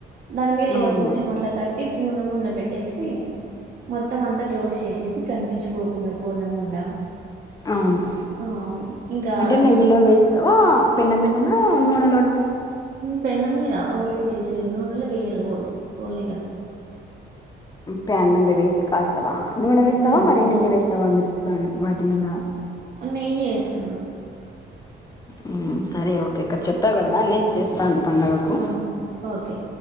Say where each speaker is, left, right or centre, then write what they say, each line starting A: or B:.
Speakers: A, on the right (about 45°); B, on the left (about 20°).
A: దాని మీద ఇలా
B: అవును
A: కొంచెం అట్లా తట్టి పూర్ణముండబెట్టేసి మొత్తం అంతా క్లోజ్ చేసేసి కనిపించుక్ కోకున్న పూర్ణము ఉండ
B: అవును
A: ఆ ఇంకా
B: అంటే నెయ్యిలో వేస్తావా పెన్న మీదనా నూనెలోనా
A: పెనాం మీద హోలిగా చేసేది. నూనెలో వేయరు హోలిగా
B: ప్యాన్ మీద వేసి కలస్తావా నూనే వేస్తవా
A: హ్మ్
B: మరీ నెయ్యి వేస్తావా అందులో కానీ వాటి మీదా
A: నెయ్యి యేస్తాను.
B: హ్మ్ సరే ఒకటి ఇక్కడ చెప్పావ్ కదా నేను చేస్తాను పండగకు
A: ఓ ఓకే